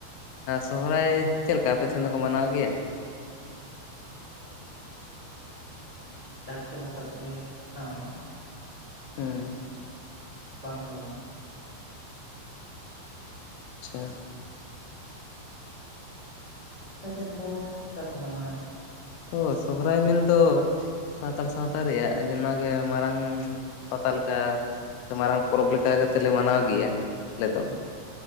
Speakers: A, on the right (about 35°); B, on the left (about 80°).
A: ᱦᱩᱸ
B: ᱥᱚᱦᱚᱨᱟᱭ ᱪᱮᱫ ᱞᱮᱠᱟ ᱟᱯᱮ ᱥᱮᱱ ᱫᱚᱠᱚ ᱢᱟᱱᱟᱣ ᱜᱮᱭᱟ
A: ᱦᱚᱭ ᱥᱚᱦᱨᱟᱭ <unintelligible> ᱢᱟᱱᱟᱣ ᱜᱮᱭᱟ ᱡᱚᱢ ᱡᱟᱠ ᱡᱚᱢᱚᱠ ᱠᱟᱛᱮᱫ ᱜᱮᱠᱚ ᱢᱟᱱᱟᱣᱟ ᱦᱩᱸ
B: ᱦᱮᱸ
A: ᱫᱚᱢᱮ ᱫᱚ ᱵᱟᱝ ᱫᱚ ᱵᱟᱝ
B: ᱟᱪᱪᱷᱟ
A: ᱟᱨ ᱟᱯᱮ ᱥᱮᱫ ᱫᱚ ᱪᱮᱫᱼᱠᱟ ᱠᱚ ᱢᱟᱱᱟᱣᱟ ᱮᱱᱛᱮ ᱥᱚᱨᱦᱟᱭ ᱫᱚ
B: ᱚᱻ ᱥᱚᱦᱨᱟᱭ ᱢᱮᱱᱫᱚ ᱥᱟᱱᱛᱟᱲ ᱥᱟᱶᱛᱟ ᱨᱮᱭᱟᱜ ᱚᱱᱟ ᱜᱮ ᱢᱟᱨᱟᱝᱼᱼ ᱯᱟᱛᱟ ᱞᱮᱠᱟ ᱥᱮ ᱢᱟᱨᱟᱝ ᱯᱚᱨᱚᱵᱽ ᱞᱮᱠᱟ ᱠᱟᱛᱮ ᱞᱮ ᱢᱟᱱᱟᱣ ᱜᱮᱭᱟ ᱟᱞᱮ
A: ᱦᱮᱸ
B: ᱫᱚ